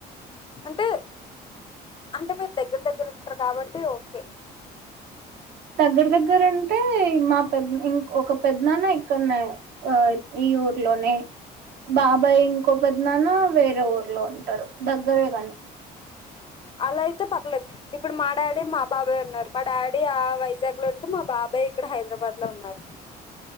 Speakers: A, on the left; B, on the right.
A: అంటే అంటే మీరు దగ్గర దగ్గరుంటారు కాబట్టి ఓకే
B: దగ్గర దగ్గర అంటే మా పెద్ద ఇం ఒక పెద్దనాన్న ఇక్కడన్నా ఈ ఊర్ లోనే బాబాయ్ ఇంకో పద్నానా వేరే ఊర్లో ఉంటారు దగ్గరే కాని
A: అలా అయితే పర్లేదు ఇప్పుడు మా డాడీ మా బాబే ఉన్నారు మా డాడీ ఆ వైజాగ్ లో మా బాబాయ్ ఇక్కడ హైదరాబాద్ లో ఉన్నారు